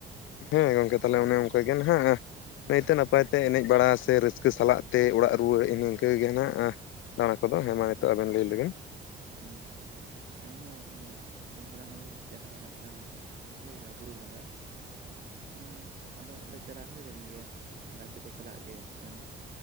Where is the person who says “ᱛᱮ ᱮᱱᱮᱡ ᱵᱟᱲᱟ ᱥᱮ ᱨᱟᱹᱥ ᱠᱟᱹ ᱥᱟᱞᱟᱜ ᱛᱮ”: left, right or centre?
Left